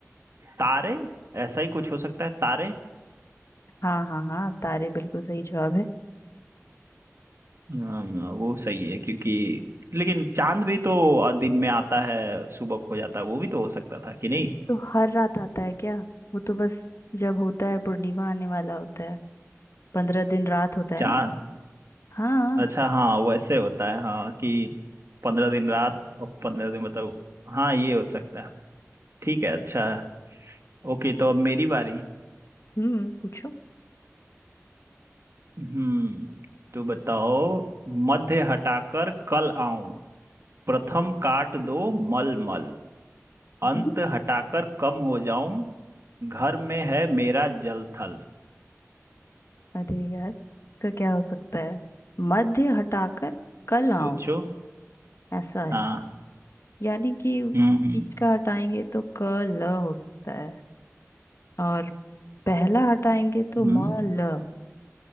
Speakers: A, on the right (about 60°); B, on the left (about 60°).
A: तारे ऐसा ही कुछ हो सकता है तारे
B: हाँ हाँ हाँ तारे बिल्कुल सही जवाब है
A: हाँ, वो सही है क्योंकि लेकिन चांद भी तो दिन में आता है सुबह खो जाता है वो भी तो हो सकता था कि नहीं
B: तो हर रात आता है क्या वो तो बस जब होता है पूर्णिमा आने वाला होता है पंद्रह दिन रात होता है
A: चांद
B: ना हाँ
A: अच्छा हाँ वैसे होता है हाँ कि पंद्रह दिन रात और पंद्रह दिन मतलब हाँ ये हो सकता है ठीक है अच्छा ओके तो अब मेरी बारी
B: हम्म पूछो
A: हम्म तो बताओ मध्य हटाकर कल आऊं प्रथम काट दो मल मल
B: हम्म।
A: अंत हटाकर कम हो जाऊं घर में है मेरा जल थल
B: अरे यार इसका क्या हो सकता है मध्य हटाकर कल
A: सोचो
B: आओ ऐसा है
A: हाँ
B: यानी कि बीच
A: हम्म हम्म
B: का हटाएंगे तो क ल हो सकता है और पहला हटाएंगे तो
A: हम्म
B: म ल